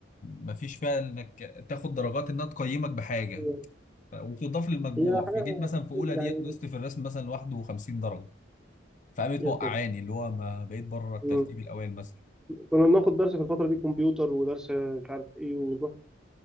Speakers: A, on the left (about 40°); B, in the centre.
A: ما فيش فيها انك تاخد درجات انها تقيمك بحاجه
B: آه،
A: ف... وبتضاف للمجموع
B: هي حاجة
A: فجيت مثلا في اولى
B: يعني
A: ديت نقصت في الرسم مثلا 51 درجه فقامت
B: يا
A: موقعاني
B: ساتر
A: اللي هو ما بقيت بره الترتيب
B: مم.
A: الاوائل مثلا
B: كنا بناخد درس في الفترة دي كمبيوتر ودرس مش عارف ايه ونروح